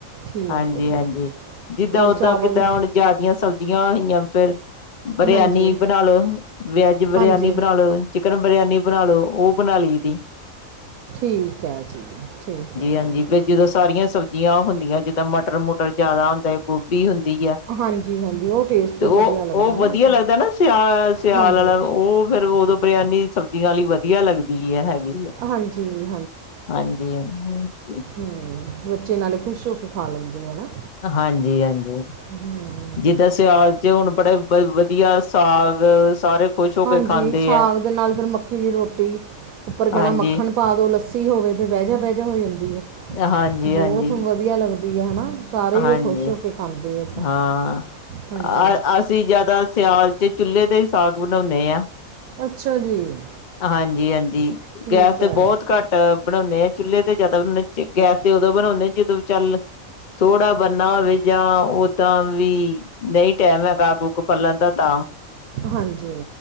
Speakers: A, on the right; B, on the left.
A: ਠੀਕ
B: ਹਾਂਜੀ
A: ਹੈ ਜੀ
B: ਹਾਂਜੀ ਜਿੱਦਾਂ
A: ਪਰ
B: ਓਦਾਂ
A: ਚਾਵਲ
B: ਕਿਦ ਹੁਣ ਜ਼ਿਆ ਦੀਆਂ ਸਬਜ਼ੀਆਂ ਹੋਈਆਂ ਫੇਰ ਬਰਿਆਨੀ
A: ਹਾਂਜੀ
B: ਬਣਾ ਲੋ ਵੈਜ ਬਰਿਆਨੀ
A: ਹਾਂਜੀ
B: ਬਣਾ ਲੋ ਚਿਕਨ ਬਰਿਆਨੀ ਬਣਾ ਲੋ ਉਹ ਬਣਾ ਲਈ ਤ
A: ਠੀਕ ਹੈ ਜੀ ਠੀਕ ਹੈ ਜੀ
B: ਹਾਂਜੀ ਵੀ ਜਦੋਂ ਸਾਰੀਆਂ ਸਬਜ਼ੀਆਂ ਹੁੰਦੀਆਂ ਜਿੱਦਾਂ ਮਟਰ ਮੁਟਰ ਜਿਆਦਾ ਹੁੰਦਾ ਗੋਭੀ ਹੁੰਦੀ ਆ
A: ਹਾਂਜੀ ਹਾਂਜੀ ਉਹ ਟੇਸਟ
B: ਤੇ
A: ਫਿਰ
B: ਉਹ
A: ਵਧੀਆ ਲੱਗਦਾ
B: ਉਹ ਵਧੀਆ
A: ਨਾ ਉਹਦੇ
B: ਲੱਗਦਾ
A: ਨਾਲ
B: ਨਾ ਸਿਆ ਸਿਆਲ
A: ਹਾਂਜੀ
B: ਵਾਲਾ ਉਹ ਫੇਰ ਉਦੋਂ ਬਰਿਆਨੀ ਸਬਜ਼ੀਆਂ ਵਧੀਆ ਲੱਗਦੀ ਆ ਹੈਗੀ ਆ
A: ਹਾਂਜੀ
B: ਹਾਂਜੀ ਹ
A: ਹਮ ਬੱਚੇ ਨਾਲੇ ਖੁਸ਼ ਹੋ ਕੇ ਖਾ ਲੈਂਦੇ ਹਨਾ
B: ਹਾਂਜੀ ਹਾਂਜੀ
A: ਹਮ
B: ਜਿੱਦਾਂ ਸਿਆਲ 'ਚ ਹੁਣ ਬੜੇ ਵਧੀਆ ਸਾਗ ਸਾਰੇ ਖ਼ੁਸ਼ ਹੋ
A: ਹਾਂਜੀ
B: ਕੇ ਖਾਂਦੇ
A: ਸਾਗ
B: ਐ।
A: ਦੇ ਨਾਲ ਫਿਰ ਮੱਕੀ ਦੀ ਰੋਟੀ ਉੱਪਰ ਕਹਿਣਾ
B: ਹਾਂਜੀ,
A: ਮੱਖਣ ਪਾ ਦੋ ਲੱਸੀ ਹੋਵੇ ਤੇ ਬਹਿ ਜਾ ਬਹਿ ਜਾ ਹੋ ਜਾਂਦੀ ਹੈ
B: ਹਾਂਜੀ,
A: ਬਹੁਤ
B: ਹਾਂਜੀ,
A: ਵਧੀਆ ਲੱਗਦੀ ਹਨਾ। ਸਾਰੇ
B: ਹਾਂਜੀ
A: ਹੀ ਉਹ ਖੁਸ਼ ਹੋ ਕੇ ਖਾਂਦੇ ਹੈ ਤਾਂ
B: ਹਾਂ।
A: ਹਾਂਜੀ
B: ਅ ਅਸੀਂ ਜਿਆਦਾ ਸਿਆਲ 'ਚ ਚੁੱਲੇ ਤੇ ਹੀ ਸਾਗ ਬਣਾਉਦੇ ਹਾਂ।
A: ਅੱਛਾ ਜੀ
B: ਹਾਂਜੀ- ਹਾਂਜੀ
A: ਠੀਕ
B: ਗੈਸ ਤੇ
A: ਹੈ।
B: ਬਹੁਤ ਘੱਟ ਆ ਬਣਾਉਣੇ ਆਂ ਚੁੱਲ੍ਹੇ ਤੇ ਬਣਾਂਣੇ ਜਿਆਦਾ ਗੈਸ ਤੇ ਉਦੋਂ ਬਣਾਉਂਣੇ ਆ ਜਦੋਂ ਚੱਲ ਥੋੜਾ ਬਣਨਾ ਹੋਵੇ। ਜਾਂ ਓਦਾਂ ਵੀ ਨਹੀਂ ਟੈਮ ਹੈਗਾ <unintelligible> ਪਲਣ ਦਾ ਤਾਂ
A: ਹਾਂਜੀ